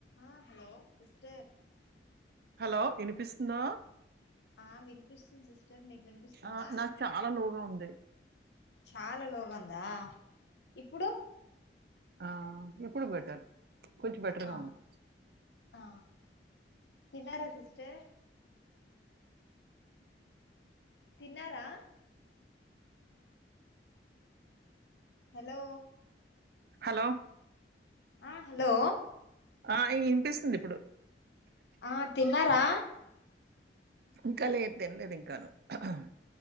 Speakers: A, on the left (about 75°); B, on the right (about 60°).
A: ఆ hello sister
B: hello వినిపిస్తుందా?
A: ఆ వినిపిస్తుంది. సిస్టర్ మీకు వినిపిస్తుందా?
B: ఆ, నాకు చాలా లోగా ఉంది
A: చాలా లోగ్ ఉందా ఇప్పుడు
B: ఆ ఇప్పుడు బెటర్ కొంచెం బెటర్గా
A: ఆ
B: ఉంది.
A: ఆ తిన్నారా సిస్టర్? తిన్నారా హలో
B: హలో
A: ఆ హలో
B: ఆ ఈ ఇనిపిస్తుంది ఇప్పుడు.
A: ఆ తిన్నారా?
B: ఇంకాలే తిన్లేదు ఇంకాను అహ్హ్